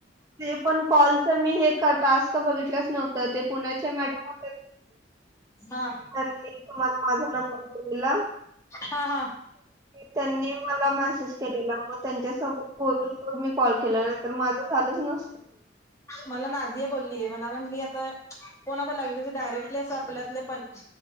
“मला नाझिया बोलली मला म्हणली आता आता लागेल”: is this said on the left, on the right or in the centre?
Left